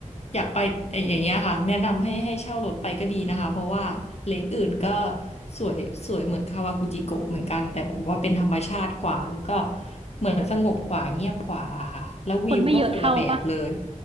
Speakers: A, on the left; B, on the right.
A: อยากไปเอ่ออย่างเงี้ยค่ะแนะนำให้ให้เช่ารถไปก็ดีนะคะเพราะว่าเลคอื่นก็สวยสวยเหมือนคาวากุจิโกะเหมือนกันแต่แบบว่าเป็นธรรมชาติกว่าแล้วก็เหมือนสงบกว่าเงียบกว่าค่ะแล้ววิวก็คนละแบบเลย
B: คนไม่เยอะเท่าปะ